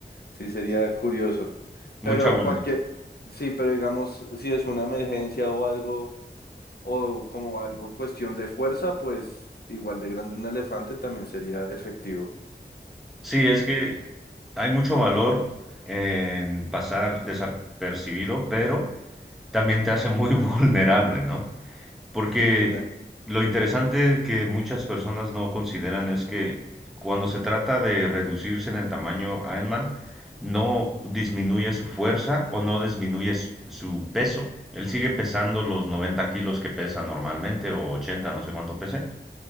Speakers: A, on the left; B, in the centre.
A: Sí, sería curioso.
B: Mucha
A: Pero
B: abundancia.
A: cualquier, sí, pero digamos, si es una emergencia o algo, o como algo cuestión de fuerza, pues igual de grande un elefante también sería efectivo.
B: Sí, es que hay mucho valor en pasar desapercibido, pero también te hace muy <laughs> vulnerable, ¿no? Porque
A: La-
B: lo interesante que muchas personas no consideran es que cuando se trata de reducirse en el tamaño, Iron Man no disminuye su fuerza o no disminuye s- su peso. Él sigue pesando los 90 kilos que pesa normalmente o 80, no sé cuánto pese.